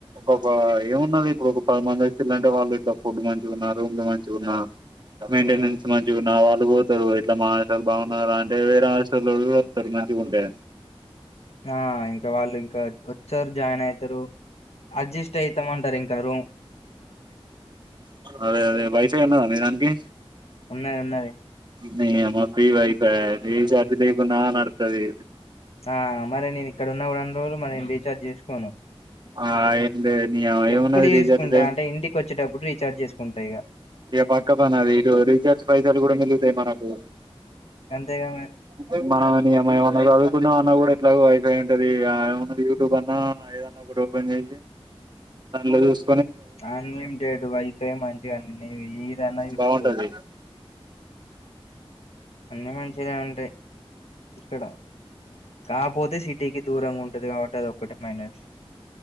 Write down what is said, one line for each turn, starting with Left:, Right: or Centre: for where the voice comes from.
Right: ఒక ఏమున్నది ఇప్పుడు ఒక పదిమంది టే వాళ్ళు ఇట్లో ఫుడ్ మంచిగా ఉన్నా రూమ్లు మంచిగాన్నా మెయింటెనెన్స్ మంచిగాన్నా వాళ్ళు పోతారు ఇట్లా మా హాటయాలు బాగున్నారా అంటే వేరే ఆట వస్తారు ది ఉంటే
Left: ఆ ఇంకా వాళ్ళు ఇంకా వచ్చారు జాయిన్ అవుతారు అడ్జస్ట్ అవుతాం అంటారు ఇంక రూ
Right: అదే అదే వైఫై ఉన్నదన్నననికి
Left: ఉన్నది ఉన్నది
Right: న అమా ప్రీ వైఫై ఏ గదుపో నా నడతది
Left: ఆ మరి నేను ఇక్కడ ఉన్న కూడన్ని రోజులు మరి నేను రీఛార్జ్ చేసుకోను
Right: ఆ ఏందే నీ యమ్మ ఏమున్నది
Left: ఎప్పుడు చేసుకుంటా
Right: రీఛార్జ్ లే
Left: అంటే ఇంటికి వచ్చేటప్పుడు రీచార్జ్ చేసుకుంటా ఇగ
Right: ఇగ పక్క పనా అది ఇటు రీచార్జ్ పైసాలు కూడా మిలుగుతాయి మనకు
Left: అంతేగా మరి
Right: మనమా నీయమ్మ ఏమన్న చదువుకుండా మన్నా కూడా ఎట్లాగో వైఫై ఉంటది ఇగ ఏమన్న యూట్యూబ్ అన్నా ఏదన్నా ఒకటి ఓపెన్ చేసి దానిలో చూస్
Left: అన్లిమిటెడ్ వైఫై మంచిగా ఏదైనా చూసుకోవచ్చు
Right: బాగుంటది
Left: అన్నీ మంచిగానే ఉంటాయి ఇక్కడ కాపోతే సిటీకి దూరంగా ఉంటది కాబట్టి అదొక్కటి మైనస్